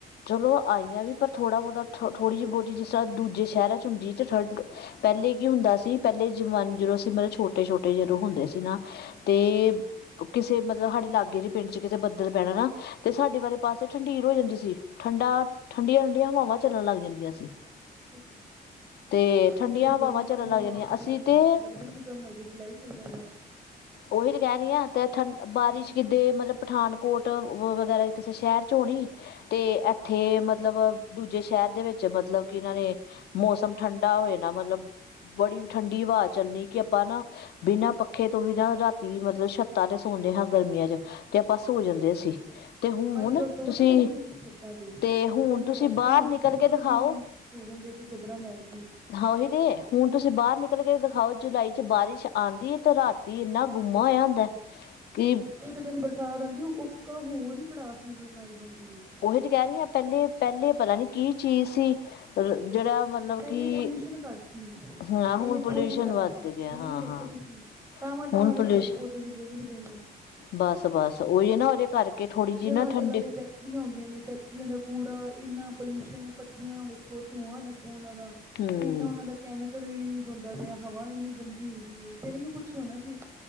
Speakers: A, on the left; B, on the right.
A: ਚਲੋ ਆਈਆਂ ਵੀ, ਪਰ ਥੋੜਾ ਬਹੁਤਾ ਥੌ, ਥੋੜ੍ਹੀ ਹੀ ਬਹੁਤੀ, ਜਿਸ ਤਰ੍ਹਾਂ ਦੂਜੇ ਸ਼ਹਿਰਾਂ ਚ'ਹੁੰਦੀ ਅਤੇ ਠੰਡ। ਪਹਿਲੇ ਕੀ ਹੁੰਦਾ ਸੀ। ਪਹਿਲੇ ਜ਼ਮਾਨੇ ਜਦੋਂ ਅਸੀਂ ਮਤਲਬ ਛੋਟੇ -ਛੋਟੇ ਜਦੋਂ ਹੁੰਦੇ ਸੀ ਨਾ।
B: ਹਮ,
A: ਤੇ, ਕਿਸੇ ਮਤਲਬ, ਸਾਡੇ ਲਾਗੇ ਦੇ ਪਿੰਡ ਚ ਕਿਤੇ ਬੱਦਲ ਪੈਣਾ ਨਾ ਤੇ ਸਾਡੇ ਵਾਲੇ ਪਾਸੇ ਠੰਡੀਰ ਹੋ ਜਾਂਦੀ ਸੀ। ਠੰਡਾ, ਠੰਡੀਆਂ- ਠੰਡੀਆਂ ਹਵਾਵਾਂ ਚੱਲਣ ਲੱਗ ਜਾਂਦੀਆਂ ਸੀ।
B: ਅੱਛਾ ਜੀ।
A: ਅਤੇ ਠੰਡੀਆਂ
B: ਇੱਧਰ ਤੇ
A: ਹਵਾਵਾਂ
B: ਗਰਮੀ
A: ਚੱਲਣ
B: ਦਾ ਬੁਰਾ
A: ਲੱਗ ਜਾਂਦੀਆਂ
B: ਹਾਲ
A: ਅਸੀਂ
B: ਹੋਇਆ ਪਿਆ,
A: ਤਾਂ
B: ਲੱਗਦਾ ਹੀ ਨੀ ਪਿਆ ਮਰ ਗੇ ਜੁਲਾਈ ਚੱਲਦਾ ਪਿਆ।
A: ਉਹੀ ਤੇ ਕਹਿ ਰਹੀ ਆ, ਤੇ ਠੰਡ ਬਾਰਿਸ਼ ਕਿੱਦੇ ਮਤਲਬ ਪਠਾਨਕੋਟ ਵਗੈਰਾ। ਕਿਸੇ ਸ਼ਹਿਰ ਚ ਹੋਣੀ ਤੇ
B: ਹਮ,
A: ਏਥੇ ਮਤਲਬ ਦੂਜੇ ਸ਼ਹਿਰ ਦੇ ਵਿੱਚ ਮਤਲਬ ਕਿ ਨਾਲੇ ਮੌਸਮ ਠੰਡਾ ਹੋ ਜਾਣਾ ਮਲਬ ਬੜੀ ਠੰਡੀ ਹਵਾ ਚੱਲਣੀ ਕਿ ਆਪਾਂ ਨਾ ਬਿਨਾਂ ਪੱਖੇ ਤੋਂ ਵੀ ਨਾ ਰਾਤੀ ਮਤਲਬ ਸ਼ਤਾਂ ਤੇ ਸੌਂਦੇ ਹਾਂ ਗਰਮੀਆਂ ਚ ਤੇ ਆਪਾਂ ਸੋ ਜਾਂਦੇ ਸੀ ਤੇ ਹੁਨ
B: ਅੱਜ ਕੱਲ੍ਹ ਸੋ
A: ਤੁਸੀਂ
B: ਸਕਦੇ ਹੋ ਸ- ਛੱਤਾਂ ਤੇ
A: ਅਤੇ ਹੁਣ
B: ਪਹਿਲੇ
A: ਤੁਸੀਂ
B: ਵੇਖੋ
A: ਬਾਹਰ
B: ਲੋਕੀ
A: ਨਿਕਲ
B: ਛੱਤਾਂ
A: ਕੇ ਦਿਖਾਓ
B: ਈ ਸੋ ਜਾਂਦੇ ਸੀ ਚਾਦਰਾਂ ਲੈ ਕੇ
A: ਹਾਂ ਓਹੀ ਤੇ ਹੁਨ ਤੁਸੀਂ ਬਾਹਰ ਨਿਕਲ ਕੇ ਦਿਖਾਓ ਜੁਲਾਈ ਚ ਬਾਰਿਸ਼ ਆਂਦੀ ਏ ਤੇ ਰਾਤੀ ਇੰਨਾ ਗੁੰਮਾ ਹੋਇਆ ਹੋਂਦਾ। <inaudible> ਕਿ
B: ਇੱਕ ਦਿਨ ਬਰਸਾਤ ਆਂਦੀ ੳਕ ਅ ਹੋਰ ਹੀ ਭੜਾਸ ਨਿਕਲਣ ਲੱਗ ਜਾਂਦੀ ਏ।
A: ਉਹੀ ਤੇ ਕਹਿ ਰਹੀ ਹਾਂ ਪਹਿਲੇ ਪਹਿਲੇ ਪਤਾ ਨੀ ਕੀ ਚੀਜ਼ ਸੀ ਜਿਹੜਾ ਮਤਲਬ
B: ਪਹਿਲੇ
A: ਕਿ
B: ਪੋਲਿਊਸ਼ਨ ਘੱਟ ਸੀ,
A: ਹਾਂ
B: ਪੇੜ
A: ਹੁਣ ਪੋਲਿਊਸ਼ਨ
B: ਪੌਦੇ ਜੈਦਾ
A: ਵੱਧ
B: ਸੀ
A: ਗਿਆ
B: ਹੁਨ
A: ਹਾਂ
B: ਦੇਖੋ
A: ਹਾਂ
B: ਤੁਸੀਂ ਟਾਵਾਂ ਟਾਵਾਂ
A: ਹੁਣ
B: ਦੇ
A: ਪੋਲਿਊਸ਼ਨ
B: ਪੇੜ ਪੋਧੇ ਕਿਧਰੇ ਦਿਖਦੇ ਨੇ
A: ਬਸ ਬਸ ਉਹੀ ਨਾ ਉਹਦੇ ਕਰਕੇ ਥੋੜ੍ਹੀ ਜਿਹੀ
B: ਜਗ੍ਹਾ-ਜਗ੍ਹਾ
A: ਨਾ ਠੰਡੀ
B: ਤੇ ਫੈਕਟਰੀਆਂ ਹੋ ਗਈਆਂ ਨੇ ਫੈਕਟਰੀਆਂ ਦਾ ਕੂੜਾ ਇਨਾਂ ਪੋਲਿਊਸ਼ਨ ਭਠੀਆਂ ਵੇਖੋ ਧੂੰਆਂ ਦੇਖ ਉਹਨਾਂ ਦਾ
A: ਹਮ
B: ਇੰਨਾ ਉਹਨਾਂ ਦਾ ਕੈਮੀਕਲ ਰਿਲੀਜ਼ ਹੁੰਦਾ ਪਿਆ ਹਵਾ ਇੰਨੀ ਗੰਦੀ ਹੋਈ ਗਈ ਏ ਫੇਰ ਏਹੀੳ ਕੁਛ ਹੋਨਾ ਜੇ